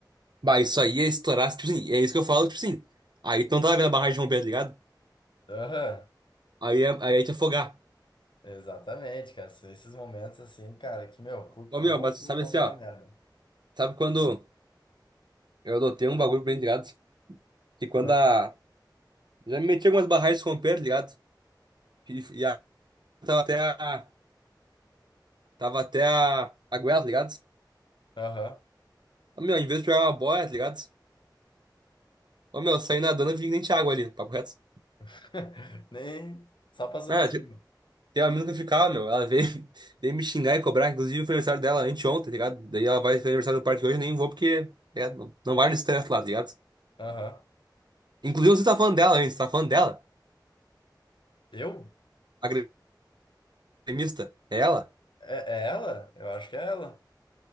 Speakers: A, on the right (about 65°); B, on the left (about 85°).
A: Bah, isso aí ia estourar, tipo assim, é isso que eu falo, tipo assim. Aí tu não tava vendo a barragem romper, tá ligado?
B: Aham,
A: Aí ia, aí ia te afogar.
B: exatamente, cara. São Esses momentos assim, cara, que, meu, por
A: Ô,
B: pouco
A: meu, mas sabe
B: não
A: assim,
B: deu
A: ó.
B: uma merda.
A: Sabe quando eu adotei um bagulho pra mim, tá ligado? Que quando
B: Ah,
A: a. Já me meti em algumas barragens romper, tá ligado? E, e a... tava até a. Tava até a. A goela, tá ligado?
B: Aham.
A: Ô, meu, em vez de pegar uma boia, tá ligado? Ô, meu, eu saí nadando e vi que nem tinha água ali, papo reto.
B: <laughs> Nem só passou
A: Ah,
B: por cima.
A: Tem uma mina que eu ficava, meu. Ela veio, <laughs> veio me xingar e cobrar. Inclusive, foi aniversário dela anteontem, tá ligado? Daí ela vai fazer aniversário do parque hoje, eu nem vou porque tá ligado? não, não vale o estresse lá, tá ligado?
B: Aham.
A: Inclusive, você tá falando dela antes, tá falando dela?
B: Eu?
A: A gremista? É ela?
B: É, é ela? Eu acho que é ela.